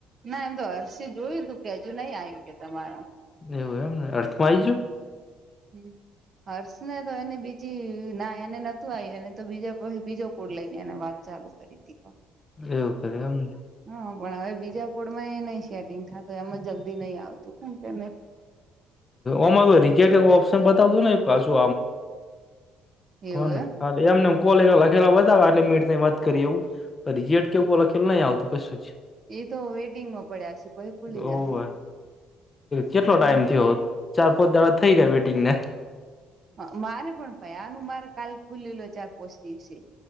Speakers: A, on the right (about 35°); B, on the left (about 25°).
A: ના એમ તો હર્ષ જોયું તું કે હજુ નઈ આવ્યું કે તમારા.
B: એવું એમ ને અર્થમાં આવી જું.
A: હમ. હર્ષ ને તો એને બીજી ના એને નતું આવ્યું એને તો બીજા પછી બીજો કોડ લઈને એને વાત ચાલુ કરી <inaudible>
B: એવું કરે એમને.
A: હા પણ હવે બીજા કોડમાં એ નહી સેટિંગ થતું એમાં જલ્દી નહી આવતું <unintelligible>
B: ઓમ રિજેક્ટ નું ઓપ્શન બતાવતું ની પાછુ
A: એવું
B: હને હા એમને કોલે
A: એમ
B: લખેલા વધ એટલે મે વાત કરી એવું. અ રીજેેકટ એવું લખેલું નઈ આવતું કશું જ
A: એ તો વેટિંગ માં પડ્યાશે પછી ખુલી
B: ઓવે
A: જાહે
B: કેટલો
A: હમ
B: ટાઈમ થયો ચાર પાંચ દાડો થઈ ગયા વેટિંગને.
A: હ મારે પણ પાય આનું મારે કાલ ખુલેલો ચાર પોંચ દિ શે